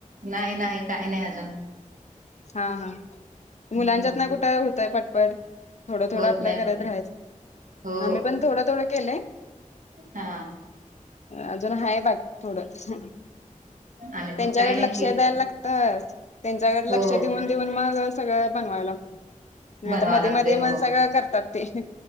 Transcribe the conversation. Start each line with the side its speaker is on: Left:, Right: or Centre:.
Right: नाइ नाइ काय नाइ अजून
Left: हा हा मुलांच्यातन
Right: हम्म
Left: कु ट हुतय पटपट थोडं थोडं
Right: होत
Left: आपल्या
Right: नाही
Left: करत
Right: होत
Left: राह्याच
Right: हो
Left: आमी पण थोडं थोडं केलंय
Right: हा
Left: अजून हाय बाक थोडं
Right: आम्ही
Left: तेंच्याकड
Right: पण काय नाही
Left: लक्ष
Right: केलं
Left: द्यायला लागत तेंच्याकड लक्ष
Right: हो
Left: ऊन देऊन मग सगळं बनवाय लागत नइ
Right: बनवा
Left: त मदी
Right: लागते
Left: मग
Right: हो
Left: सगळं करतात ते